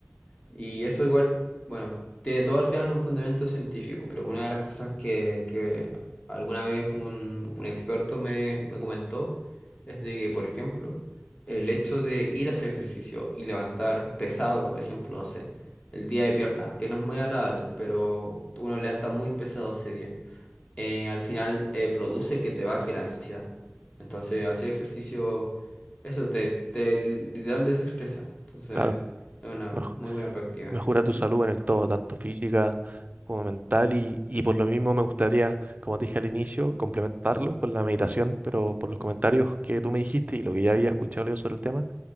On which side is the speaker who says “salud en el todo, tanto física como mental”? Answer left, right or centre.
Right